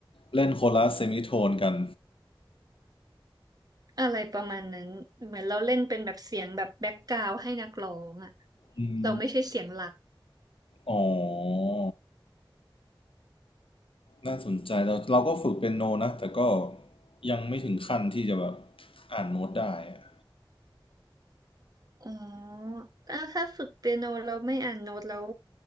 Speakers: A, on the left; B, on the right.
A: เล่นโคนละเซมิโทนกัน
B: ๆอะไรประมาณนั้นเหมือนเราเล่นเป็นแบบเสียงแบบแบ็กกราวด์ให้นักร้องอะ
A: อืม
B: เราไม่ใช่เสียงหลัก
A: อ๋อ น่าสนใจเราเราก็ฝึกเป็นโนนะแต่ก็ยังไม่ถึงขั้นที่จะแบบอ่านโน้ตได้อะ
B: อ๋ออ่ะถ้าฝึกเปียโนเราไม่อ่านโน้ตแล้ว